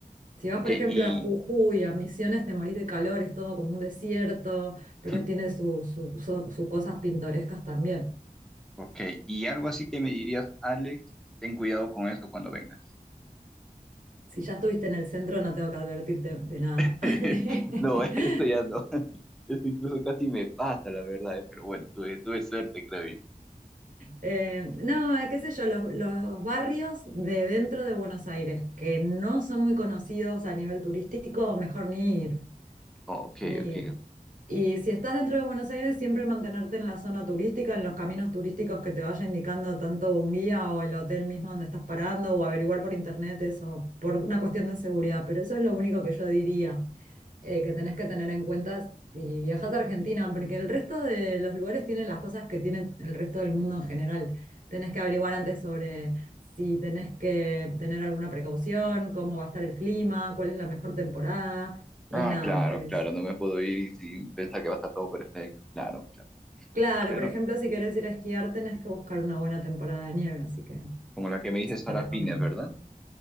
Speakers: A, on the right; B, in the centre.
A: Si vas,
B: ok,
A: por ejemplo,
B: y,
A: a Jujuy, a Misiones, te morís de calor, es todo como un desierto, pero
B: <laughs>
A: tiene sus su, su- su cosas pintorescas también.
B: ok, y algo así que me dirías, Alex, ten cuidado con esto cuando vengas.
A: Si ya estuviste en el centro, no tengo que advertirte de nada.
B: <laughs>
A: <laughs>
B: No, esto ya no. Esto incluso casi me pasa, la verdad, eh, Pero bueno, tuve, tuve suerte, creo yo.
A: Eh, no, eh, qué sé yo, los, los barrios de dentro de Buenos Aires, que no son muy conocidos a nivel turístico, mejor ni ir.
B: Ok,
A: Mira.
B: ok.
A: Y si estás dentro de Buenos Aires, siempre mantenerte en la zona turística, en los caminos turísticos que te vaya indicando tanto un guía o el hotel mismo donde estás parando, o averiguar por internet eso, por una cuestión de seguridad. Pero eso es lo único que yo diría eh, que tenés que tener en cuenta si viajas a Argentina, porque el resto de los lugares tienen las cosas que tiene el resto del mundo en general. Tenés que averiguar antes sobre si tenés que tener alguna precaución, cómo va a estar el clima, cuál es la mejor temporada y
B: Ah,
A: nada
B: claro,
A: más que
B: claro,
A: eso.
B: no me puedo ir sin pensar que va a estar todo perfecto. Claro, claro.
A: Claro,
B: Pero
A: por ejemplo, si quieres ir a esquiar, tenés que buscar una buena temporada de nieve, así que
B: como la que me dices
A: eso te
B: ahora
A: recomiendo.
B: fines, ¿verdad?